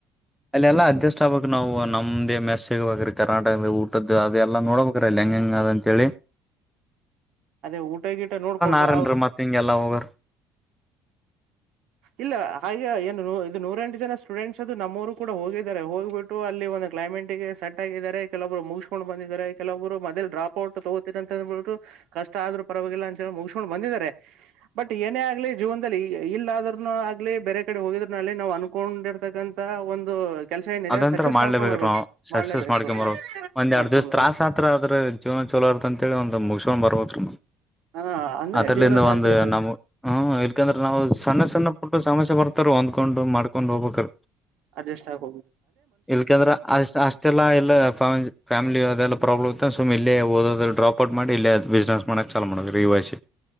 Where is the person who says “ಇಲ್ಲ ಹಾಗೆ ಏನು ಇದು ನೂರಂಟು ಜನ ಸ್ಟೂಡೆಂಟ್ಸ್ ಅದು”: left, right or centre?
Right